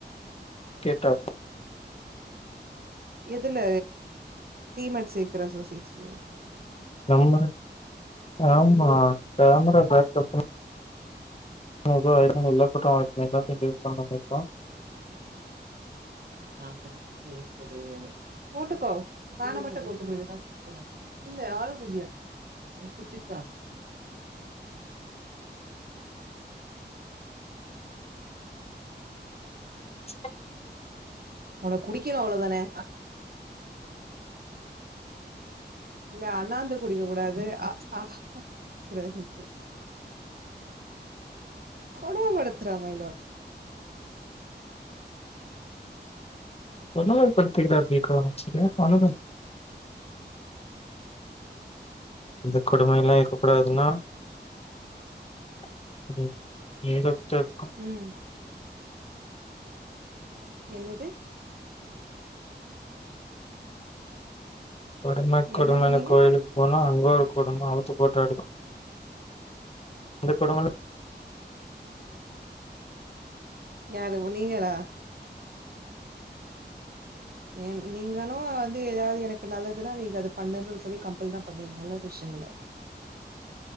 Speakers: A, on the left; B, on the right.
A: கேட்டா
B: எதுல டீமேட் சேக்குற அசோசிட்ஸ்லயா
A: நம்ம ஆமா கேமரா பேக்கப் <unintelligible>
B: <unintelligible> போட்டுக்கோ பேனமட்டும் போட்டுக்க வேண்டியது தான் இல்ல ஆலம்பு இல்ல குச்சி <unintelligible>
A: <unintelligible>
B: ஒனக்கு குடிக்கணு அவ்ளோ தானே இல்ல அண்ணாந்து குடிக்க கூடாது அ ஆ கூடாதுன்ட்டு
A: <inaudible>
B: கொடும படுத்துறா மைலாட்
A: கொடும படுத்திருக்காரு வீ காமாட்சிய <unintelligible> இந்த கொடுமைல்லா இருக்கக்கூடாதுன்னா <unintelligible>
B: ம் என்னது
A: கொடும கொடுமன்னு
B: என்ன சொன்னீங்க
A: கோயிலுக்கு போனா அங்க ஒரு கொடும அவுத்து போட்டு ஆடுதா இந்த கொடுமலா
B: யாரு உ நீங்களா என் நீங்களு வந்து எதாவ்து எனக்கு நல்லதுன்னா நீங்க அது பண்ணனு சொல்லி கம்பெல் தா பண்ணுவீங்க நல்லதுஷ்யங்கள